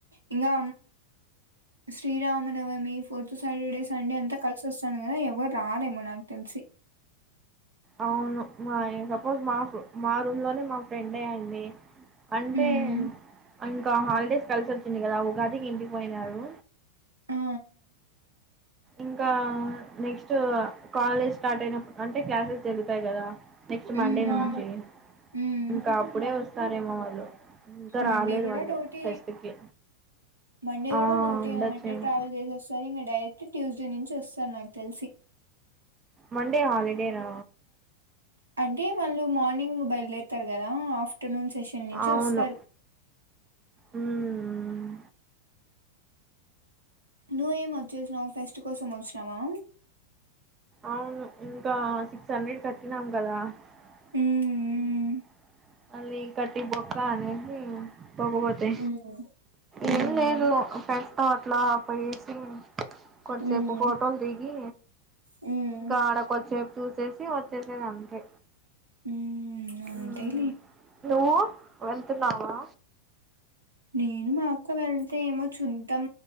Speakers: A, on the right; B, on the right.
A: ఇంకా శ్రీరామనవమి ఫోర్త్ సాటర్డే సండే అంతా కలిసి వస్తాను కదా ఎవరు రారేమో నాకు తెలిసి.
B: అవును మా సపోజ మాపు మా రూమ్ లోనే మా ఫ్రెండ్ ఏ అండి అంటే
A: మ్మ్
B: ఇంకా హాలిడేస్ కలిసిచ్చ చింది కదా ఉగాటికి ఇంటికి పోయినారు
A: ఆ ఆ
B: ఇంకా నెక్స్ట్ కాలేజ్ స్టార్ట్ అయిన అంటే క్లాసెస్ జరుగుతాయి కదా. నెక్స్ట్
A: మ్మ్
B: మండే నుంచి
A: మ్మ్ మ్మ్
B: ఇంకా అప్పుడే. సారేమ వాళ్ళు ఇంకా
A: మండే
B: రాలేదు
A: కూడా
B: వాళ్ళు
A: డౌటే
B: ఫెస్ట్ కి
A: మండే
B: ఆ
A: కూడా డౌట్
B: ఉండొచ్చేమో
A: కదా మండే ట్రావెల్ చేసేస్తారు ఇంకా. డైరెక్ట్ ట్యూస్డే నుంచి వస్తాను నాకు తెలిసి.
B: మండే హాలిడేనా
A: అంటే వాళ్ళు మార్నింగ్ బయలుదేరుతారు కదా ఆఫ్టర్. ఆఫ్టర్నూన్ సెషన్ నుంచి
B: అవును
A: వస్తారు.
B: ఉమ్
A: నువ్వవు ఏం వచ్చేసినా్ ఫస్ట్ కోసం వచ్చినవా
B: అవును ఇంకా సిక్స్ హండ్రెడ్ కట్టినాం కదా.
A: మ్మ్,
B: హ్మ్ అలీ కటి బొక్క అనేది పోకపోతే
A: మ్మ్, మ్మ్,
B: ఏమి లేదు ఫ్రెండ్స్ అట్లా పోయేసి కొద్సేపు
A: మ్మ్,
B: ఫోటోలు దిగి
A: మ్మ్,
B: ఇంకా ఆడకి వచ్చి సేపు చూసేసి వచ్చేసేది అంతే
A: ఉ ఉ అంతేలి
B: మ్మ్ నువ్వు వెళ్తున్నావా
A: నేను మా అక్క వెళ్తే ఏమో చూద్దాం